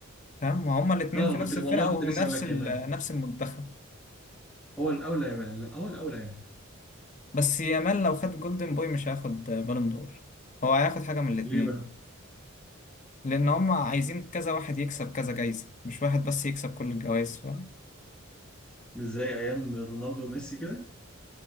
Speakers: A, on the left (about 35°); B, in the centre.
A: فاهم وهما الاثنين
B: اه
A: في
B: كنت
A: نفس
B: والله
A: الفرقه
B: كنت
A: ونفس
B: لسه اقول لك
A: ال-
B: يامال
A: نفس المنتخب
B: هو الاولى يامال لا هو الاولى يامال
A: بس يامال لو خد جولدن بوي مش هياخد بالون دور هو هياخد حاجة من الاتنين
B: ليه بقى؟
A: يعني لأن هم عايزين كذا واحد يكسب كذا جايزة مش واحد بس يكسب كل الجوائز فاهم
B: مش زي ايام رونالدو وميسي كده